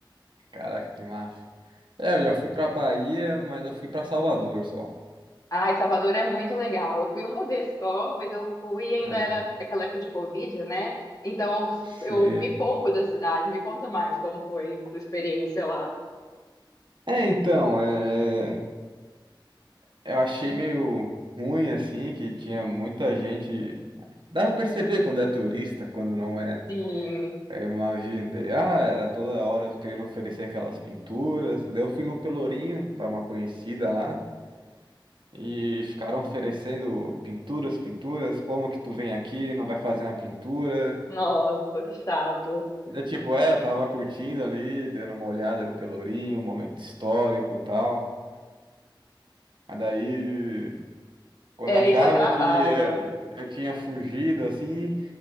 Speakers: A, on the right (about 70°); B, on the left (about 45°).
A: Caraca, que massa. É, eu já fui pra Bahia, mas eu fui pra Salvador só.
B: Ai, Salvador é muito legal. Eu fui uma vez só, mas eu fui e ainda
A: Aham.
B: era aquela época de Covid, né? Então
A: Sim.
B: eu, eu vi pouco da cidade. Me conta mais como foi a experiência lá.
A: É, então, é... eu achei meio ruim, assim, que tinha muita gente. Dá pra perceber quando é turista, quando não é, né?
B: Sim,
A: Eu imaginei. Ah, era toda hora querendo oferecer aquelas pinturas. Daí eu fui no Pelourinho, dar uma conhecida lá. E ficaram oferecendo pinturas, pinturas. Como que tu vem aqui, não vai fazer uma pintura?
B: nossa, que chato.
A: É tipo, é, eu tava curtindo ali, dando uma olhada no Pelourinho, um momento histórico e tal. Mas daí, quando
B: É,
A: achava
B: isso atrapalha.
A: que eh, eu tinha fugido, assim,